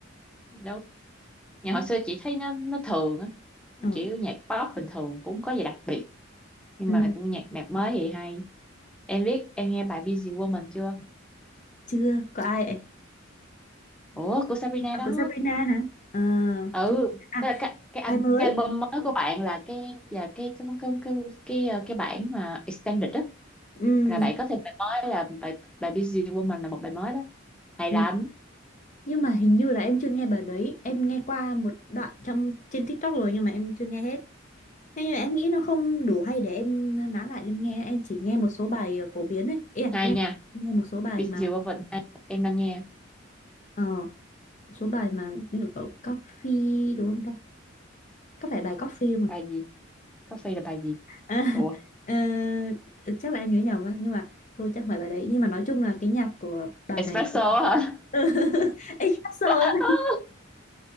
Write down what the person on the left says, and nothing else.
Đúng.
ờ
ừ,
chưa có ai ấy
à,
của Sabrina hả Ờ
chưa à
bài mới
ừ,
ừ.
nhưng mà hình như là em chưa nghe bài đấy em nghe qua một đoạn trong trên TikTok rồi nhưng mà em chưa nghe hết Thế nhưng mà em nghĩ nó không đủ hay để em nói lại em nghe em chỉ nghe một số bài ờ, phổ biến ấy ý là,
ý là
nghe một số bài
mà
ờ, một số bài mà như kiểu coffee đúng không ta có phải bài coffee không
à? <laughs>
Ờ, chắc là em nhớ nhầm á nhưng mà thôi chắc không phải bài đấy nhưng mà nói chung là cái nhạc của bà
này
<laughs> anh hát solo
<laughs> lắm